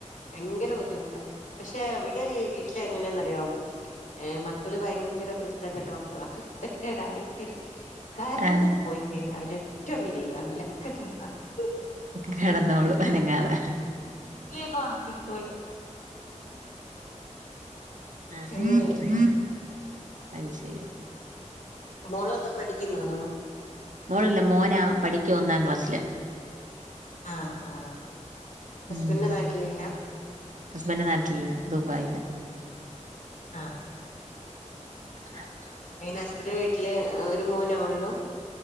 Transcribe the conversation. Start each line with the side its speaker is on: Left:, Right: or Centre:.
Left: ഭയങ്കര ബുദ്ധിമുട്ടാ. പക്ഷെ ഇവിടെ വീട്ടില് എങ്ങനെയന്നറിയാവോ ഏഹ് മക്കള് ഭയങ്കര കുരുത്തംകെട്ട മക്കളാ. കുരുത്തക്കേടാ ഭയങ്കരം കറണ്ട്
Right: ആഹ്
Left: പോയി കഴിഞ്ഞ ഒരൊറ്റയൊന്നിനേം കാണില്ല ഒക്ക കെടന്നൊറങ്ങും
Right: കെടന്നോളും അനങ്ങാതെ
Left: വേഗൊ ഒറങ്ങിക്കോളും
Right: ആഹ്
Left: അങ്ങനെയൊരു
Right: അൽ ശെരി
Left: മോളൊക്കെ പഠിക്കുന്നാന്നോ
Right: മോളല്ല മോനാ പഠിക്കുഅ ഒന്നാം ക്ലാസ്സില്
Left: ആഹ് ആഹ് ഹസ്ബൻഡ്‌
Right: ഉം
Left: നാട്ടിലില്ല
Right: ഹസ്ബൻഡ് നാട്ടിലില്ല ദുബായില
Left: ആഹ്
Right: <inaudible>
Left: എനെ ഹസ്ബൻഡ് വീട്ടില് ഒരു മോനേയോള്ളൂ